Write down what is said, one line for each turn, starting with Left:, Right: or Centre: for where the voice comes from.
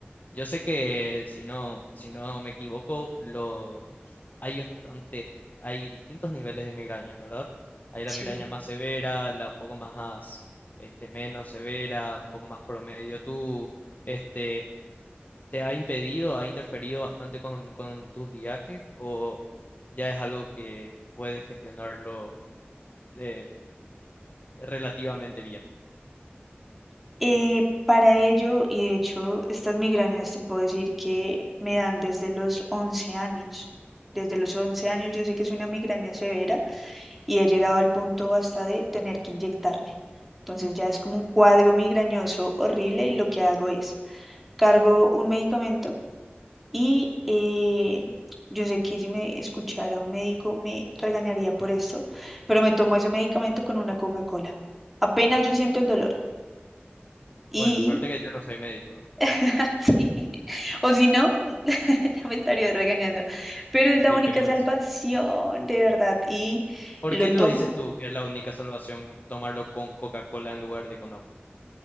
Left: Yo sé que si no, si no me equivoco, los hay bastantes, hay distintos niveles de migrañas, ¿verdad? Hay
Centre: sí.
Left: la migraña más severa, la un poco más, este, menos severa, un poco más promedio. ¿Tú, este, te ha impedido, ha interferido bastante con, con tus viajes o ya es algo que puedes gestionarlo eh, relativamente bien?
Centre: Eh, para ello, y de hecho, estas migrañas te puedo decir que me dan desde los 11 años. Desde los 11 años yo sé que es una migraña severa y he llegado al punto hasta de tener que inyectarme. Entonces ya es como un cuadro migrañoso horrible y lo que hago es cargo un medicamento y eh, yo sé que si me escuchara un médico me regañaría por esto, pero me tomo ese medicamento con una Coca-Cola. Apenas yo siento el dolor y
Left: Bueno, suerte que yo no soy médico,
Centre: <laughs> sí, o si no, <laughs> ya me estaría regañando, pero es
Left: ¿eh?
Centre: la
Left: Sí,
Centre: única
Left: creo
Centre: salvación,
Left: que sí.
Centre: de verdad, y
Left: ¿Por
Centre: lo
Left: qué
Centre: tomo.
Left: lo dices tú que es la única salvación tomarlo con Coca-Cola en lugar de con agua?